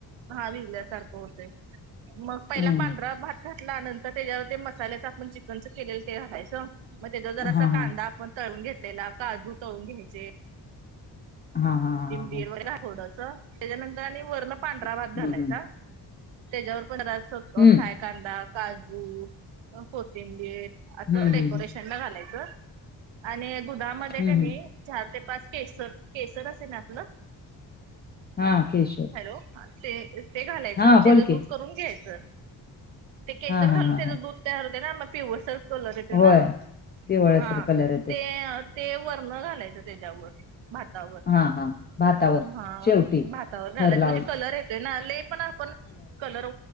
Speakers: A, on the right; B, on the left.
A: हा भिजल्यासारखं होतय मग पहिला
B: हम्म
A: पांढरा भ घातल्यानंतर त्याच्यावर ते मसाल्याच आपण चिकनच केलेलं ते घालायचं मग त्याचा जर असा
B: हा हा
A: कांदा आपण तळून घेतलेला काजू तळून घ्यायचे
B: हा हा
A: कोथिंबीर
B: हा हा
A: वगैर वड अस त्याच्यानंतर आणि वरण पांढरा भात
B: हम्म
A: घालायचा
B: हम्म
A: त्याच्यावर परत अस
B: हम्म.
A: फ्राय कांदा काजू कोथिंबीर अस
B: हं, हं,
A: डेकोरेशन
B: हं.
A: थंड घालायच आणि दुधामध्ये
B: हं,
A: कानी
B: हं.
A: चार ते पाच केसर केसर असत ना आपलं
B: हा केशर
A: हॅलो ते ते घालायचं
B: हां,
A: आणि
B: बोल
A: त्याच
B: की.
A: दूध करून घ्यायचं ते केसर
B: हां, हां,
A: घालून
B: हां,
A: त्याच
B: हां.
A: दूध तयार होते ना मग ते पिवळसर कलर येतय ना
B: होय, पिवळसर
A: हा
B: कलर येतोय.
A: ते ते वर्ण घालायचं त्याच्यावर भातावर
B: हां, हां. भातावर
A: हा
B: शेवटी
A: भातावर घालायचं
B: थर लावून
A: म्हणजे कलर आहे ना ले पण आपण कलर